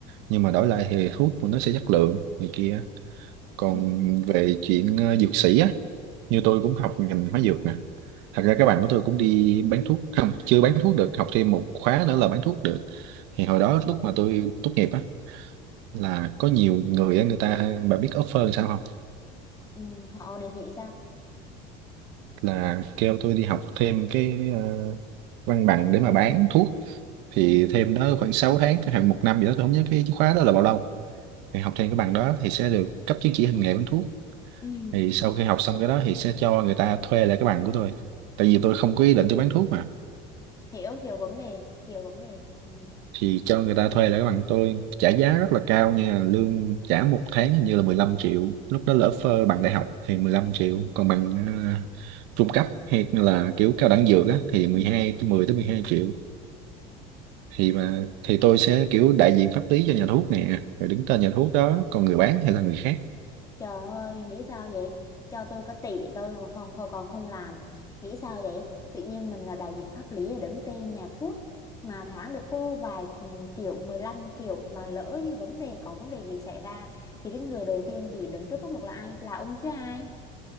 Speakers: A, on the right; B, on the left.
A: nhưng mà đổi lại thì thuốc của nó sẽ chất lượng này kia còn
B: ừ,
A: về chuyện ờ, dược sĩ á như tôi cũng học ngành hóa dược nè thật ra các bạn của tôi cũng đi bán thuốc không chưa bán thuốc được học thêm một khóa nữa là bán thuốc được thì hồi đó lúc mà tôi tốt nghiệp á là có nhiều người á, người ta bạn biết offer làm sao không
B: ừ. họ đề nghị sao
A: là kêu tôi đi học thêm cái ờ, văn bằng để mà bán thuốc thì
B: ừ,
A: thêm đó khoảng 6 tháng khoảng một năm gì đó tôi không nhớ cái khóa đó là bao lâu thì học thêm cái bằng đó thì sẽ được cấp chứng chỉ hành nghề bán thuốc
B: ừ.
A: thì sau khi học xong cái đó thì sẽ cho người ta thuê lại cái bằng của tôi tại vì tôi không có ý định tôi bán thuốc mà
B: hiểu hiểu vấn đề hiểu vấn đề ừ,
A: thì cho người ta thuê lại cái bằng tôi trả giá rất là cao nha lương trả một tháng hình như là 15 triệu lúc đó lỡ phơ bằng đại học thì mười lăm triệu còn bằng ờ, trung cấp hay là kiểu cao đẳng dược á thì mười
B: ừ.
A: hai tới mười tới mười hai triệu thì mà thì tôi sẽ kiểu đại diện pháp lý cho nhà thuốc nè rồi đứng tên nhà thuốc đó còn người bán thì là người khác
B: Trời ơi, nghĩ sao vậy? Cho tôi có tỷ thôi còn không hồi còn không làm. Nghĩ sao vậy? Tự nhiên mình là đại diện pháp lý để đứng tên nhà thuốc mà tháng được cô vài ừ, triệu, mười lăm triệu mà lỡ như vấn đề có vấn đề gì xảy ra thì cái người đầu tiên bị đứng trước pháp luật là ai? Là ông chứ ai?